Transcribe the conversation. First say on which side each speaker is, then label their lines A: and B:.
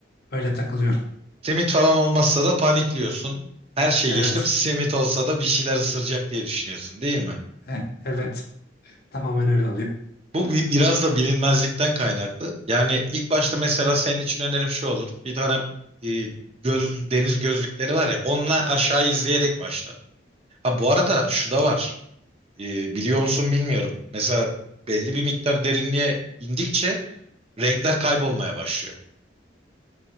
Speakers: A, on the left; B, on the right.
A: öyle takılıyorum.
B: Simit falan olmazsa da panikliyorsun. Her şey
A: Evet.
B: geçtim. Simit olsa da bir şeyler ısıracak diye düşünüyorsun değil mi?
A: Eh, evet. Tamamen öyle oluyor.
B: Bu bi- biraz da bilinmezlikten kaynaklı. Yani ilk başta mesela senin için önerim şu olur. Bir tane e, göz, deniz gözlükleri var ya onunla aşağı izleyerek başla. Ha bu arada şu da var. E, biliyor musun bilmiyorum. Mesela belli bir miktar derinliğe indikçe renkler kaybolmaya başlıyor.